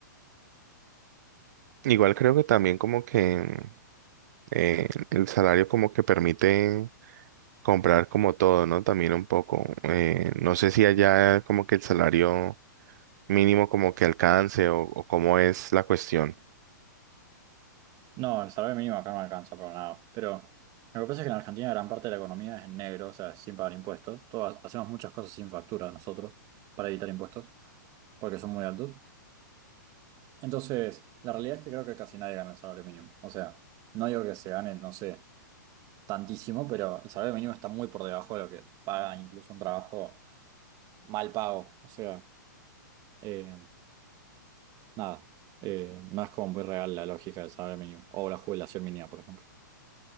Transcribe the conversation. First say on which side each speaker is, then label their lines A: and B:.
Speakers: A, on the right; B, on the right.
A: Igual creo que también como que eh, el salario como que permite comprar como todo, ¿no? También un poco. Eh, no sé si allá como que el salario mínimo como que alcance o o cómo es la cuestión.
B: No, el salario mínimo acá no alcanza para nada. Pero lo que pasa es que en Argentina gran parte de la economía es en negro, o sea, es sin pagar impuestos. Todos hacemos muchas cosas sin factura nosotros para evitar impuestos, porque son muy altos. Entonces, la realidad es que creo que casi nadie gana el salario mínimo. O sea, no digo que se gane, no sé, tantísimo, pero el salario mínimo está muy por debajo de lo que paga incluso un trabajo mal pago. O sea, eh, nada, eh, no es como muy real la lógica del salario mínimo o la jubilación mínima, por ejemplo.